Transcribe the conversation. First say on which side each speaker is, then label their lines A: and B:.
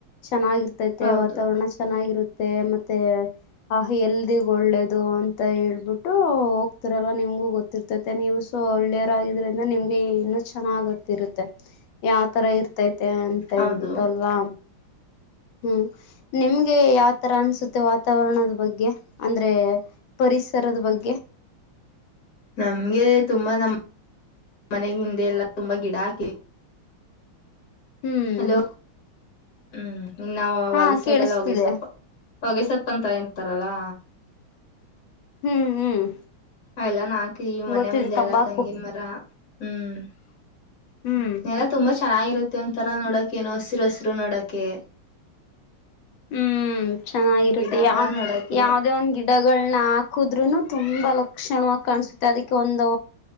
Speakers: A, on the left; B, on the left.
A: ಚೆನ್ನಾಗಿರ್ತೈತೆ
B: ಹೌದು
A: ವಾತಾವರಣ ಚೆನ್ನಾಗಿರುತ್ತೆ ಮತ್ತೆ, ಮತ್ತೆ ಆ ಹೆಲ್ಡಿ ಗೆ ಒಳ್ಳೇದು ಅಂತ ಹೇಳಿಬಿಟ್ಟು ಹೋಗ್ತಾರಲ್ಲ ನಿಮಗೂ ಗೊತ್ತ, ಗೊತ್ತಿರುತ್ತೆ <unintelligible> ನೀವು ಸೊ ಒಳ್ಳೆಯವರ ಆಗಿದ್ದರಿಂದ ನಿಮ್ಗೆ ಇನ್ನೂ ಚೆನ್ನಾಗಿ ಗೊತ್ತಇರುತ್ತೆ, ಯಾವ ತರ ಇರ್ತೈತೆ ಅಂತ
B: ಹೌದು
A: ಹೇಳಿಬಿಟ್ಟ ಅಲ್ವಾ, ಹ್ಮ್ ನಿಮ್ಗೆ ಯಾವ ತರಾ ಅನ್ಸುತ್ತೆ, ವಾತಾವರಣದ ಬಗ್ಗೆ ಅಂದ್ರೆ ಪರಿಸರದ ಬಗ್ಗೆ,
B: ನಮಗೆ ತುಂಬಾ ನಮ್ಮ, ಮನೆ ಹಿಂದೆ ಎಲ್ಲಾ ತುಂಬಾ ಗಿಡ ಹಾಕಿ,
A: ಹ್ಮ್
B: ಹಲೋ ಹ್ಮ್ ಇನ್ನ್
A: ಹಾ
B: ವಲಸೆಡೆಲ್ಲ
A: ಕೇಳಿಸ್ತಿದೆ
B: ಹೊಗೆಸಪ್ಪ ಹೊಗೆಸಪ್ಪ, ಂತ ಎಂತಾರಲ್ಲಾ
A: ಹ್ಮ್ ಹ್ಮ್
B: ಎಲ್ಲಾ ನಾಕ ಈ ಮನೆ
A: ಗೊತ್ತಿದೆ
B: ಮುಂದೆ
A: ತಂಬಾಕು
B: ಎಲ್ಲಾ ತಂಗನ್ ಮರ ಹ್ಮ್
A: ಹ್ಮ್
B: ನೆಲ್ಲ ತುಂಬಾ ಚೆನ್ನಾಗಿರುತ್ತೆ ಒಂಂತರಾ ನೋಡಕ ಏನೋ ಹಸಿರು ಹಸಿರು ನೋಡಕೆ
A: ಹ್ಮ್ ಚೆನ್ನಾಗಿರುತ್ತೆ
B: ಗಿಡ
A: ಯಾವ
B: ಮರ ನೋಡಕೆ
A: ಯಾವ್ದೇ ಒಂದ್ ಗಿಡಗಳನ್ನ ಹಾಕುದ್ರುನು ತುಂಬ ತುಂಬಾ ಲಕ್ಷಣವ ಕಾಣಸುತ್ತೆ ಅದಕ್ಕೆ ಒಂದು